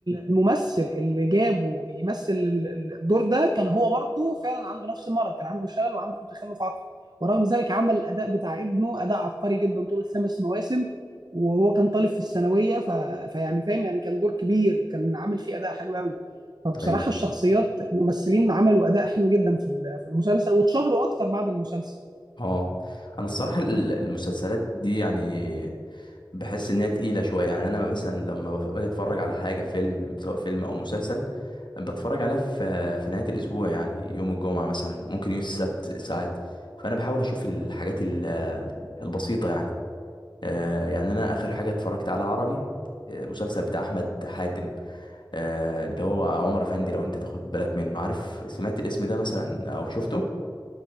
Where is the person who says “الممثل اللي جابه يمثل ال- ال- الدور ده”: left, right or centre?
Right